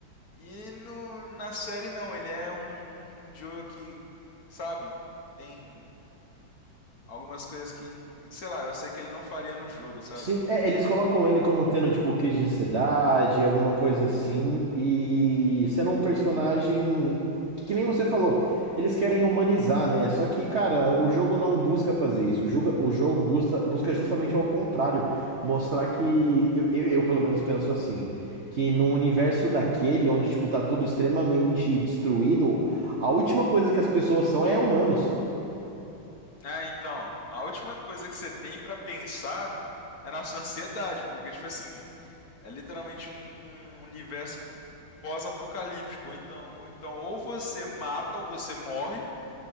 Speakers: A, on the left; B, on the right.
A: E no, na série não, ele é um, um Joe que, sabe, tem algumas coisas que, que, sei lá, eu sei que ele não faria no jogo, sabe?
B: Sim, é, eles colocam ele como tendo, tipo, crise de ansiedade, alguma coisa assim, e sendo um personagem que, que nem você falou, eles querem humanizar, né? Só que, cara, o jogo não busca fazer isso. O jogo, o jogo busca, busca justamente ao contrário, mostrar que, eu, eu, eu, pelo menos penso assim, que no universo daquele, onde, tipo, tá tudo extremamente destruído, a última coisa que as pessoas são é humanos.
A: É, então, a última coisa que você tem pra pensar é na sua ansiedade, porque, tipo assim, é literalmente um, um universo pós-apocalíptico. Ou Então, ou então, ou você mata ou você morre,